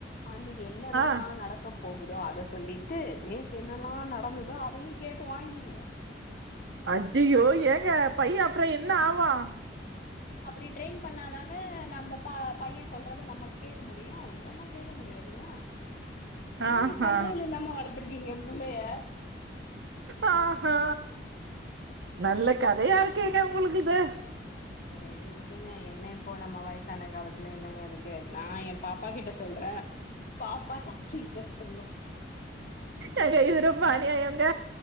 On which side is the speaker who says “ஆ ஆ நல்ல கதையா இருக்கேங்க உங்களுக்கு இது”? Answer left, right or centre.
Right